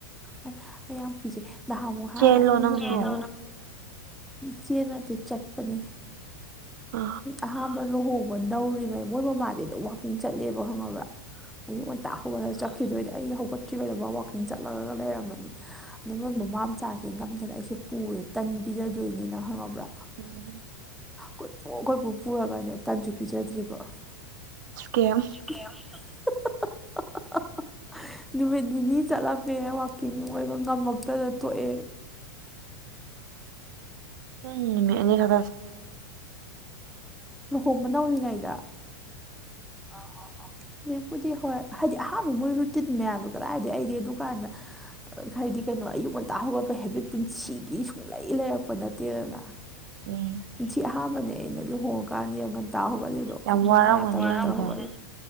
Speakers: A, in the centre; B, on the right (about 60°).
A: ꯑꯩ ꯑꯩ ꯌꯥꯝ ꯀꯤꯍꯩ ꯅꯍꯥꯟꯃꯨꯛ
B: ꯆꯦꯜꯂꯣ
A: ꯑꯩ ꯂꯨꯍꯣꯡꯕ
B: ꯅꯪꯁꯨ
A: ꯆꯦꯟꯕ ꯅꯠꯇꯦ ꯆꯠꯄꯅꯤ
B: ꯑ
A: ꯑꯍꯥꯟꯕ ꯂꯨꯍꯣꯡꯕ ꯅꯧꯔꯤꯉꯩ ꯃꯣꯏ ꯃꯃꯥꯗꯤ ꯑꯗꯨꯝ ꯋꯥꯛꯀꯤꯡ ꯆꯠꯂꯦꯕ ꯈꯪꯉꯕ꯭ꯔꯥ ꯑꯌꯨꯛ ꯉꯟꯇꯥ ꯍꯧꯒꯠꯂ ꯆꯠꯈꯤꯗꯣꯏꯅꯤ ꯑꯩ ꯍꯧꯒꯠꯇ꯭ꯔꯤꯉꯩꯗ ꯃꯥ ꯋꯥꯛꯀꯤꯡ ꯆꯠꯂꯒ ꯂꯩꯔꯝꯃꯅꯤ ꯑꯗꯣ ꯃꯣꯏ ꯃꯃꯥ ꯃꯆꯥꯁꯤꯅ ꯅꯝꯗꯅ ꯑꯩꯁꯦ ꯄꯨꯔꯦ ꯇꯟ ꯄꯤꯖꯗꯣꯏꯅꯦꯅ ꯈꯪꯉꯕ꯭ꯔꯥ
B: ꯎꯝ
A: ꯀꯣꯏꯄꯨ ꯀꯣꯢꯄꯨ ꯄꯨꯔꯒꯅꯦ ꯇꯟꯁꯨ ꯄꯤꯖꯗ꯭ꯔꯤꯕ
B: ꯀꯦꯝ
A: <unintelligible> ꯅꯨꯃꯤꯠ ꯅꯤꯅꯤ ꯆꯠꯂꯝꯃꯦ ꯋꯥꯛꯀꯤꯡ ꯃꯣꯏꯗꯣ ꯉꯝꯃꯛꯇꯗ ꯇꯣꯛꯑꯦ
B: ꯎꯝ ꯅꯨꯃꯤꯠ ꯑꯅꯤ ꯈꯛ
A: ꯂꯨꯍꯣꯡꯕ ꯅꯧꯔꯤꯉꯩꯗ ꯑꯣ ꯑꯣ ꯑꯣ ꯍꯧꯄꯨꯗꯤ ꯍꯣꯏ ꯍꯥꯏꯗꯤ ꯑꯍꯥꯟꯕ ꯃꯣꯏ ꯔꯨꯇꯤꯟ ꯃꯌꯥꯝꯗꯣ ꯀꯗꯥꯏꯗꯒꯤ ꯑꯩꯗꯤ ꯑꯗꯨꯀꯥꯟꯗ ꯍꯥꯏꯗꯤ ꯀꯩꯅꯣ ꯑꯌꯨꯛ ꯉꯟꯇꯥ ꯍꯧꯒꯠꯄ ꯍꯦꯕꯤꯠ ꯄꯨꯟꯁꯤꯒꯤ ꯁꯨꯡꯂꯩ ꯂꯩꯔꯛꯄ ꯅꯠꯇꯦꯗꯅ
B: ꯎꯝ
A: ꯄꯨꯟꯁꯤ ꯑꯍꯥꯥꯟꯕꯅꯦ ꯑꯩꯅ ꯂꯨꯍꯣꯡꯉꯀꯥꯟꯗ ꯉꯟꯇꯥ ꯍꯧꯒꯠꯂꯤꯗꯣ ꯄꯨꯡ
B: ꯌꯥꯝ
A: ꯃꯉꯥ
B: ꯋꯥꯔꯝꯒꯅꯤ
A: ꯇꯔꯨꯛꯇ
B: ꯅꯪꯒꯤꯗꯣ
A: ꯍꯧꯒꯠꯂꯤ